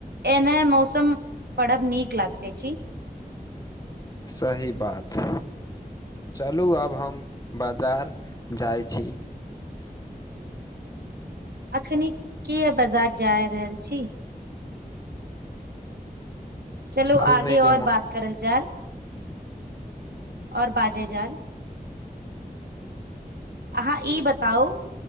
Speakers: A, on the right; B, on the left.
A: एना मौसम पड़ब नीक लागते छी।
B: सही बात। चलू आब हम बजार जाइ छी।
A: एखनी किया बाजार जा रहल छी? चलू
B: घूमेके
A: आगे और
B: म
A: बात करल जाल। और बाजे जाल। अहाँ ई बताउ